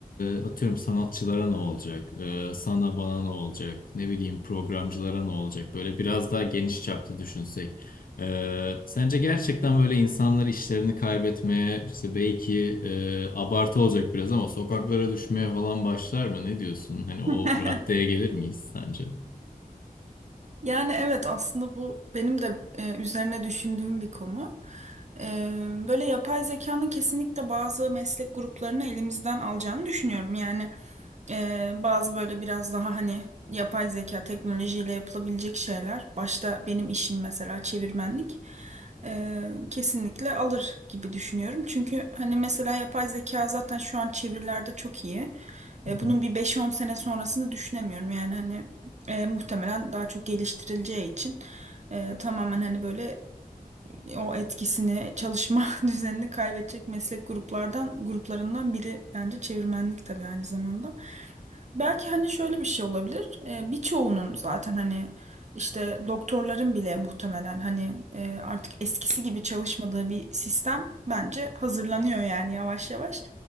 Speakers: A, on the left (about 65°); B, on the right (about 50°).
A: e, atıyorum sanatçılara ne olacak? E, sana bana ne olacak? Ne bileyim programcılara ne olacak? Böyle biraz daha geniş çapta düşünsek. E, sence gerçekten böyle insanlar işlerini kaybetmeye işte belki e, abartı olacak biraz ama sokaklara düşmeye falan başlar mı? Ne diyorsun? Hani o
B: <laughs>
A: raddeye gelir miyiz sence?
B: Yani evet aslında bu benim de e, üzerine düşündüğüm bir konu. E, böyle yapay zekanın kesinlikle bazı meslek gruplarını elimizden alacağını düşünüyorum. Yani e, bazı böyle biraz daha hani yapay zeka teknolojiyle yapılabilecek şeyler. Başta benim işim mesela çevirmenlik. e, kesinlikle alır gibi düşünüyorum. Çünkü hani mesela yapay zeka zaten şu an çevirilerde çok iyi.
A: Hı
B: E, bunun bir beş on sene sonrasını düşünemiyorum. Yani hani e, muhtemelen daha çok geliştirileceği için e, tamamen hani böyle o etkisini çalışma <laughs> düzenini kaybedecek meslek gruplardan gruplarından biri bence çevirmenlik tabii aynı zamanda. Belki hani şöyle bir şey olabilir. E, birçoğunun zaten hani işte doktorların bile muhtemelen hani e, artık eskisi gibi çalışmadığı bir sistem bence hazırlanıyor yani yavaş yavaş.